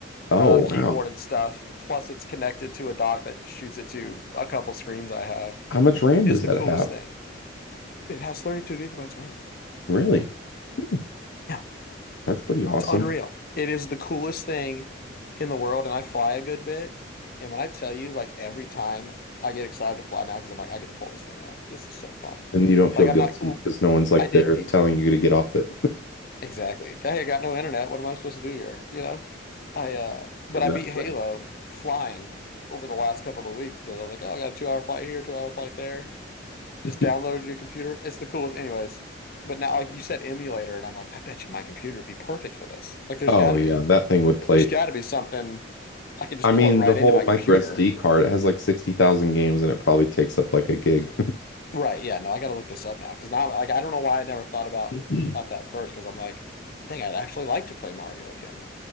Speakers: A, on the left (about 70°); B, on the left (about 50°).
A: Oh
B: uh, keyboard
A: wow.
B: and stuff. Plus, it's connected to a dock that shoots it to a couple screens I have.
A: How much RAM
B: It
A: does
B: is the
A: that
B: coolest
A: have?
B: thing. It has 32 gigabytes of RAM.
A: Really? Hmm.
B: Yeah,
A: That's pretty awesome.
B: unreal. It is the coolest thing in the world, and I fly a good bit. And when I tell you, like every time I get excited to fly now because I'm like, I get to pull this thing out. This is so fun.
A: And you don't
B: Like
A: feel
B: I'm
A: guilty
B: not.
A: because no one's like
B: I did
A: there telling
B: e,
A: you to get off it. <laughs>
B: exactly. Hey, I got no internet. What am I supposed to do here? You know. I uh, but
A: Exactly.
B: I beat Halo flying over the last couple of weeks because I was like, oh, I got a two hour flight here, two hour flight there.
A: <laughs>
B: Just downloaded your computer. It's the coolest, anyways. But now, like you said, emulator, and I'm like, I bet you my computer would be perfect for this. Like, there's
A: Oh
B: got to
A: yeah,
B: be.
A: that thing would play.
B: There's got to be something I can just
A: I mean,
B: plug right
A: the whole
B: into my computer.
A: micro SD card, it has like 60,000 games and it probably takes up like a gig.
B: Right. Yeah. No, I got to look this up now because now, like, I don't know why I never thought about
A: <laughs>
B: about that first because I'm like, dang, I'd actually like to play Mario again.